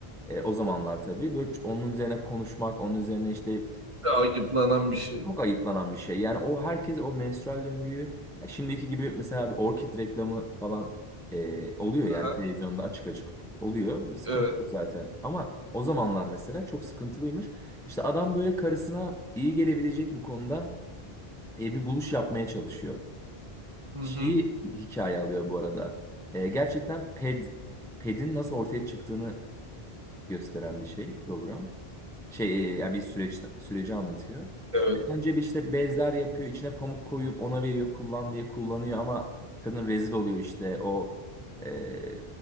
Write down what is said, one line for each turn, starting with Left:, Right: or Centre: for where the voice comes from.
Centre: Ee, o zamanlar tabii böyle ç- onun üzerine konuşmak, onun üzerine işte
Right: Takiplanan bir şey.
Centre: Çok ayıplanan bir şey. Yani o herkes o menstrual döngüyü ya şimdiki gibi mesela bir orkid reklamı falan e, oluyor yani
Right: Aha.
Centre: televizyonda açık açık oluyor. Bir sıkıntı
Right: Evet.
Centre: yok zaten. Ama o zamanlar mesela çok sıkıntılıymış. İşte adam böyle karısına iyi gelebilecek bu konuda e, bir buluş yapmaya çalışıyor.
Right: Hı
Centre: Şeyi
Right: hı.
Centre: hikaye alıyor bu arada. E, gerçekten ped pedin nasıl ortaya çıktığını gösteren bir şey program şey e, yani bir süreç süreci anlatıyor.
Right: Evet.
Centre: Önce bir işte bezler yapıyor, içine pamuk koyup ona veriyor kullan diye kullanıyor ama kadın rezil oluyor işte o e,